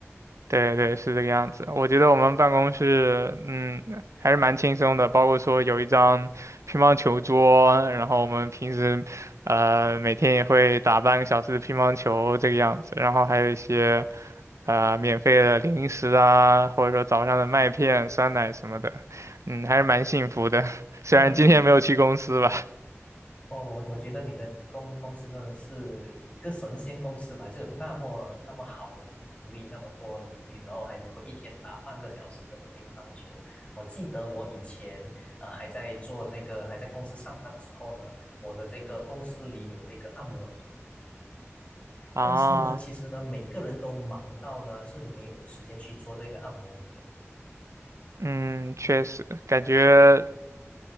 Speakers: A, on the right; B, on the left.
A: 对对，是这个样子。我觉得我们办公室，嗯，还是蛮轻松的，包括说有一张乒乓球桌，然后我们平时，呃，每天也会打半个小时的乒乓球这个样子，然后还有一些呃免费的零食啊，或者说早上的麦片、酸奶什么的，嗯，还是蛮幸福的。<laughs> 虽然今天没有去公司吧，
B: 哇，那我我我觉得你的公公司真的是一个神仙公司吧，就有那么那么好的福利，那么多的福利，然后还能够一天打半个小时这个乒乓球。我记得我以前呃还在做这个还在公司上班的时候呢，我的这个公司里有这个按摩椅。
A: 啊，
B: 但是呢，其实呢，每个人都忙到呢是没有时间去做这个按摩椅的。
A: 嗯，确实感觉。